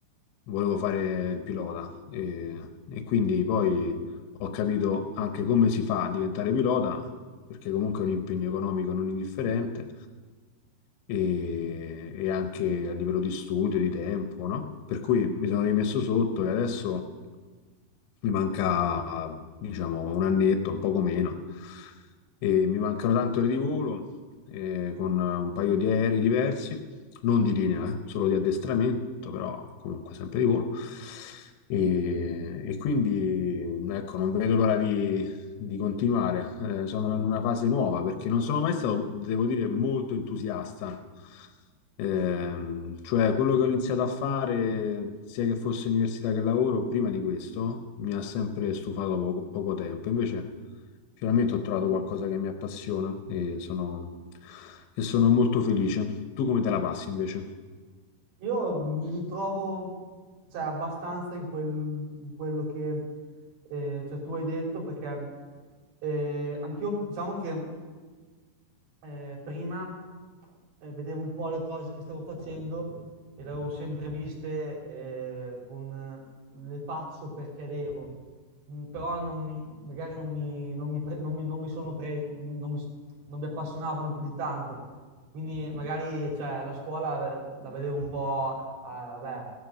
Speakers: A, on the left; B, on the right.
A: volevo fare il pilota. E, e quindi poi ho capito anche come si fa a diventare pilota, perché comunque è un impegno economico non indifferente, e, e anche a livello di studio, di tempo, no? Per cui mi sono rimesso sotto e adesso mi manca, diciamo, un annetto, un poco meno, e mi mancano tante ore di volo, eh, con un paio di aerei diversi, non di linea, eh, solo di addestramento, però comunque sempre di volo. E, e quindi, ecco, non vedo l'ora di, di continuare. Eh, sono in una fase nuova perché non sono mai stato, devo dire, molto entusiasta Ehm, cioè, quello che ho iniziato a fare, sia che fosse università che lavoro, prima di questo, mi ha sempre stufato poco, poco tempo. Invece, finalmente ho trovato qualcosa che mi appassiona e sono, e sono molto felice. Tu come te la passi invece?
B: Io mi ritrovo, cioè, abbastanza in, quel- in quello che eh, cioè, tu hai detto, perché eh, anch'io, diciamo che eh, prima eh, vedevo un po' le cose che stavo facendo e le avevo sempre viste eh, con eh, le faccio perché devo, Mm, però non mi, magari non mi, non mi pre- non mi- non mi sono preso, non mi, non mi- non mi appassionavano più di tanto. Quindi magari cioè, la scuola eh, la vedevo un po', ah, vabbè,